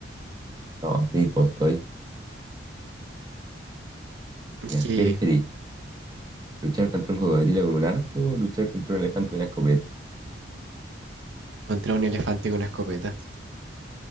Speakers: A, on the right (about 20°); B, on the right (about 75°).
A: no, sí, como estoy. Ya,
B: que
A: ¿qué preferís? ¿Luchar contra un cocodrilo con un arco o luchar contra un elefante con una escopeta?
B: contra un elefante con una escopeta.